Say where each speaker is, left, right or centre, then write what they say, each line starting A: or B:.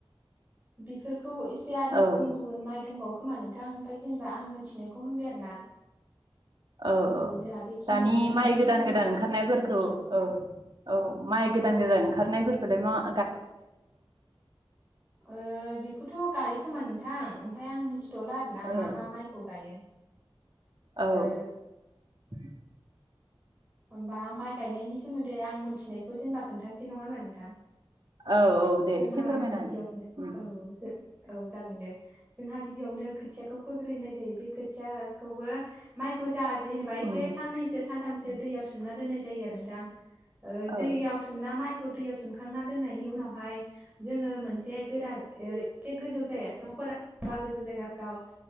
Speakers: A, on the right; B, on the right.
A: बिफोरखो खौ एसे आरो
B: औ
A: गुबुन गुबुन माइ दंबावो। खोमा नोंथां ओमफ्राय जेनेबा आं मोनथिनायखौ होनबाय आरो ना।
B: औ औ
A: जोंहा बेखिनियावनो
B: दानि माइ
A: बेखिनिखौ
B: गोदान गोदान
A: मावनाय
B: ओंखारनायफोरखौ
A: जायो आरो बांसिन
B: औ औ माइ गोदान गोदान ओंखारनायफोर। <unintelligible>
A: ओ बेखौथ' गायो खोमा नोंथां। ओमफ्राय आं मिथि। थ'ला आरो ना
B: ओ
A: मा मा माइखौ गायो
B: औ
A: ओ
B: <inaudible>
A: होमबा आं माइ गायनायनि सोमोनदै दे आं मिथिनायखौ जेनेबा खोन्थानोसै नङा होनबा नोंथां
B: औ औ दे
A: जोंहा
B: एसे फोरमायना
A: गिबियावनो
B: होदो उम
A: औ जो औ जागोन दे जोंहा गिबियावनो खोथियाखौ फोग्रोनाय जायो बे खोथियाखौबो माइखौ जा जेनेबा एसे
B: उम
A: साननैसो सानथामसो। सोमना दोननाय जायो आरो नोंथां। ओ
B: औ
A: दैयावसोमना माइ खौ दैयाव सोमखांना दोननायनि उनाव फाय जोङो मोनसे गोरा एसे गोजौ। न'फोरा होमबा गोजौ जायगाफ्राव।